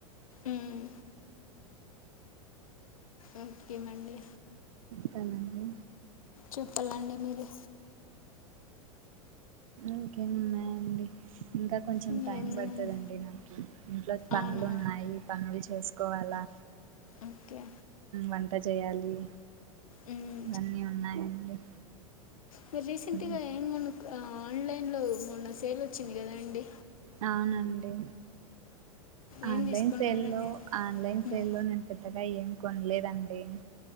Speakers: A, on the left; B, on the right.
A: మ్మ్. ఎంపకీ మండే
B: పనండి
A: చెప్పాలండి మీరుే
B: ఓకే ఉన్నాయా అండి ఇంకా కొంచెం
A: ఏం లేదండి
B: టైం పడుతుందండి నాకు ఇంట్లో పనులు
A: అవునా
B: ఉన్నాయి పనులు చేసుకోవాలా
A: ఓకే
B: వంట చేయాలి
A: మ్మ్,
B: ఇవన్నీ ఉన్నాయండి
A: మీరి రీసెంట్
B: మ్మ్
A: గా ఏం మన ఆన్లైన్లో మొన్న సేల్ వచ్చింది కదా అండి
B: అవునండి
A: ఏం
B: ఆన్లైన్
A: తీసుకున్నారండి?
B: సేల్ లో ఆన్లైన్
A: హ్మ్.
B: సేల్లో నేను పె అత్తగా ఏం కొనలేదండి